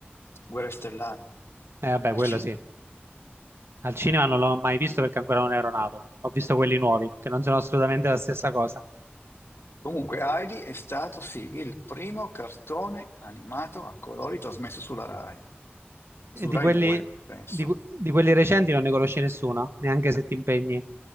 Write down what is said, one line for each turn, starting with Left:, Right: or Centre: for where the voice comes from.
Left: Guerre Stellari
Right: Eh, vabbè,
Left: al
Right: quello
Left: cinema.
Right: sì. Al cinema non l'ho mai visto perché ancora non ero nato. Ho visto quelli nuovi, che non sono assolutamente la stessa cosa.
Left: Comunque, Heidi è stato sì il primo cartone animato a colori trasmesso sulla Rai,
Right: E
Left: su
Right: di
Left: Rai
Right: quelli,
Left: 2, penso.
Right: di, que- di quelli recenti non ne conosci nessuno, neanche se ti impegni.